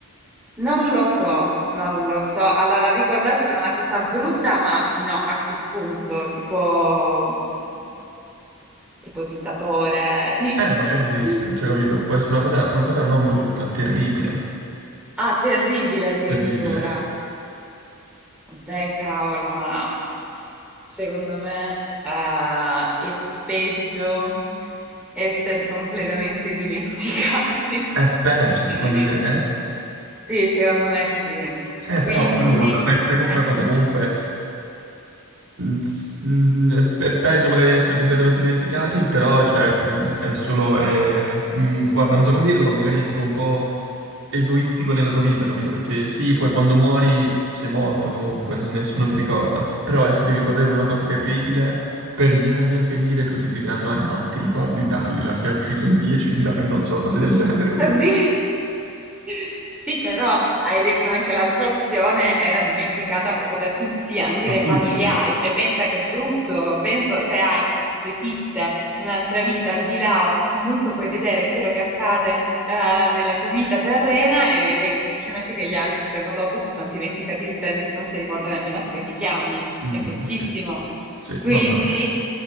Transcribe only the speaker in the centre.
non lo so, non lo so. Allora, ricordato per una cosa brutta, ma fino a che punto? Tipo, mh, tipo dittatore. <laughs>
Ah, terribile addirittura.
Beh, cavolo, ma secondo me eh, è peggio essere completamente dimenticati.
<laughs>
Sì, secondo me sì.
Quindi,
eh.
Oddio. <laughs> Sì, però hai detto anche l'altra opzione era dimenticata proprio da tutti, anche
dai
familiari. Cioè, pensa che è brutto, pensa se hai, se esiste un'altra vita al di là o che comunque puoi vedere quello che accade eh, nella tua vita terrena e vedi semplicemente che gli altri il giorno dopo si sono dimenticati di te e nessuno si ricorda nemmeno come ti chiami.
È bruttissimo.
Quindi,